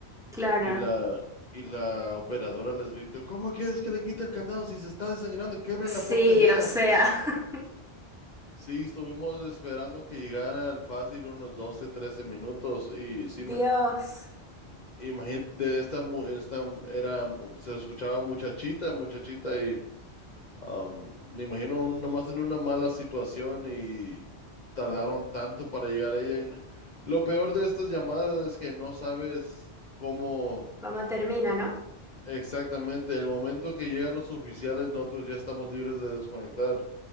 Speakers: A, in the centre; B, on the left.
A: Claro.
B: Y la, y la operadora les gritó, ¿cómo quieres que le quite el candado si se está desangrando? Quebren
A: Sí,
B: la puerta ya.
A: o sea, <laughs>
B: Sí, estuvimos esperando que llegaran fácil unos 12, 13 minutos y sí,
A: Dios,
B: Imagínate, de esta, mu- esta mu- era, se escuchaba muchachita, muchachita y am, me imagino un- nomás en una mala situación y tardaron tanto para llegar a ella. y n- lo peor de estas llamadas es que no sabes cómo
A: cómo termina, ¿no?
B: exactamente. El momento que llegan los oficiales, nosotros ya estamos libres de desconectar.